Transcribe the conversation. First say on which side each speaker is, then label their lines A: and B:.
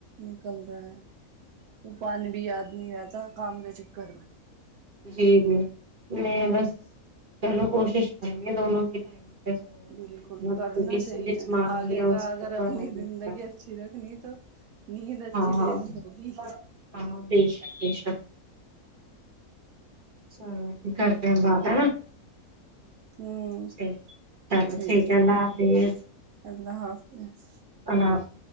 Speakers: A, on the right (about 80°); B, on the right (about 40°).
A: نکل رہا ہے وہ پن بھی یاد نہیں رہد کام کا چکر میں
B: جی جی میں بس چلو کوشش کریں گے دونوں کے ٹائم پہ سویا
A: بالکل
B: کریں اپنا کیونکہ
A: کرنا
B: اس
A: چاہیے
B: سے جسمانی
A: آگے
B: اور
A: کا
B: صحت
A: اگر
B: کو
A: اپنی
B: آرام ملتا
A: زندگی
B: ہے۔
A: اچھی رکھنی تو نیند اچھی
B: ہاں
A: لین ہوگی
B: ہاں ہاں بے شک بے شک چلو یک کرتے ہیں بات ہے نا
A: ہوں
B: ٹھیک چلو
A: ٹھیک
B: ہے اللہ حافظ
A: ہے اللہ حافظ
B: اللہ حافظ